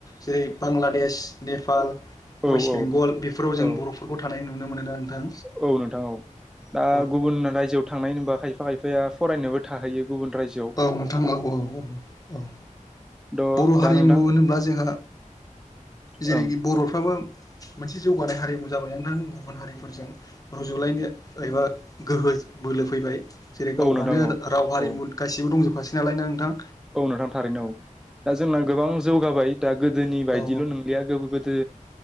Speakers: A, on the left (about 25°); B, in the centre.
A: जेरै बांलादेश नेपाल
B: औ
A: वेस्ट
B: औ
A: बेंगल बेफोराव
B: औ
A: जों बर'फोरखौ थानाय नुनो मोनोना नोंथां
B: औ नोंथां औ दा
A: औ
B: गुबुन रायजोआव थांनाय नुबा खायफा खायफाया फरायनोबो थाहैयो गुबुन रायजोआव
A: औ नोंथां औ- औ -औ
B: द'
A: बर' हारिमु
B: दा नोंथां
A: होनोब्ला जोंहा
B: ओं
A: जेरैखि
B: ओं
A: बर'फ्राबो मोनसे जौगानाय हारिमु जाबाय नोंथां गुबुन हारिफोरजों रुजुलायनो एबा गोहो बोलो फैबाय जेरै
B: औ
A: गावहानो
B: नोंथां औ
A: राव हारिमु
B: औ
A: गासिबो दंजोबखासै नालाय ना नोंथां
B: औ नोंथां थारैनो औ दा जोंना गोबां जौगाबाय दा गोदोनि बायदिल'
A: औ
B: नंलिया गोबो गोदो